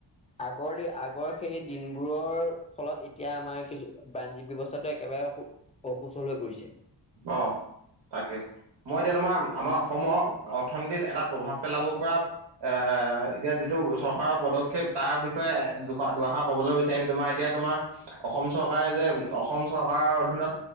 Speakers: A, on the left (about 15°); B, on the right (about 80°).
A: আগৰ দি আগৰ সেই দিনবোৰৰ ফলত এতিয়া আমাৰ কিছু বা্ৰণজী ব্যৱস্থাটো, একেবাৰে অসুচল হৈ পৰিছে।
B: অ', তাকে মই এতিয়া তোমাৰ আমাৰ অসমৰ অৰ্থনীতিত এটা প্ৰভাৱ পেলাব পৰা, এ এতিয়া এইটো চৰকাৰৰ পদক্ষেপ তাৰ বিষয়ে দু দুআষাৰ কবলৈ বিচাৰিম তোমাৰ এতিয়া তোমাৰ অসম চৰকাৰে যে, অসম চৰকাৰৰ অধীনত,